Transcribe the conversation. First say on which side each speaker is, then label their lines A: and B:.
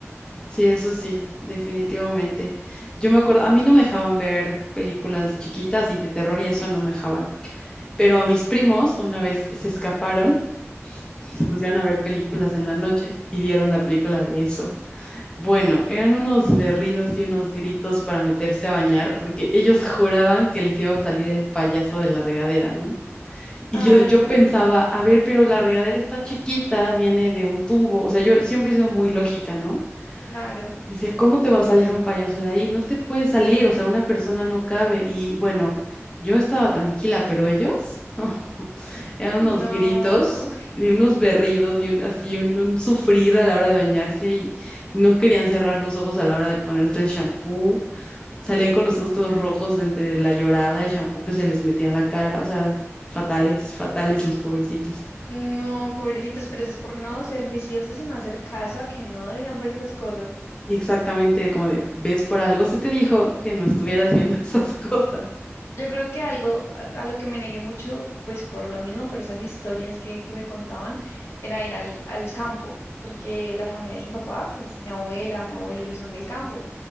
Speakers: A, on the left; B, on the left.
A: Sí, eso sí, definitivamente. Yo me acuerdo, a mí no me dejaban ver películas de chiquitas y de terror y eso no me dejaban. Pero mis primos una vez se escaparon, se pusieron a ver películas en la noche y vieron la película de eso. Bueno, eran unos berridos y unos gritos para meterse a bañar porque ellos juraban que les iba a salir el payaso de la regadera, ¿no? Y
B: Ay,
A: yo, yo
B: no,
A: pensaba, a ver, pero la regadera está chiquita, viene de un tubo. O sea, yo siempre he sido muy lógica, ¿no?
B: claro,
A: Dice, ¿cómo te va a salir un payaso de ahí? No te puede salir, o sea, una persona no cabe. Y bueno, yo estaba tranquila, pero ellos, <laughs> eran unos
B: no.
A: gritos y unos berridos y un, así un, un sufrir a la hora de bañarse y no querían cerrar los ojos a la hora de ponerse el shampoo. Salían con los ojos todos rojos de entre la llorada, el shampoo que se les metía en la cara, o sea, fatales, fatales los pobrecitos.
B: No, pobrecitos, pero eso es por no ser juiciosos y no hacer caso a que no debían ver esas cosas.
A: Exactamente como de, ves por algo, se te dijo que no estuvieras viendo <laughs> esas cosas.
B: Yo creo que algo a, a lo que me negué mucho, pues por lo mismo, por esas historias que, que me contaban, era ir al, al campo, porque la familia de mi papá, pues mi abuela, mi abuelo, ellos son del campo.